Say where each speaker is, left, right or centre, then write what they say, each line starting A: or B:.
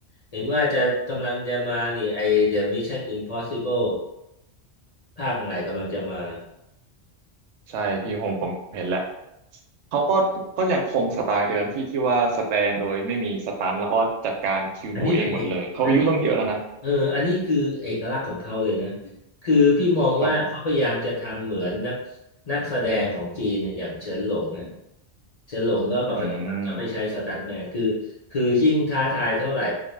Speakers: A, on the left; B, on the right.
A: เห็นว่าจะกำลังจะมานี่ไอ The Mission Impossible ภาคใหม่กำลังจะมา
B: ใช่พี่ผมผมเห็นแหละเขาก็ก็ยังคงสไตล์เดิมพี่ที่ว่าสแตงโดยไม่มีสตันแล้วก็จัดการคิวบูเองหมดเลยเขาอายุต้องเยอะแล้วนะ
A: อันนี้เป็นเอกอันนี้ เอออันนี้คือเอกลักษณ์ของเขาเลยนะคือพี่มองว่าเขาพยายามจะทำเหมือนนัก
B: ครับผม
A: นักแสดงของจีนเนี่ยอย่างเฉินหลงเนี่ยเฉินหลงก็ปกติจะไม่ใช้สตันต์แมนคือคือยิ่งท้าทายเท่าไหร่
B: อืม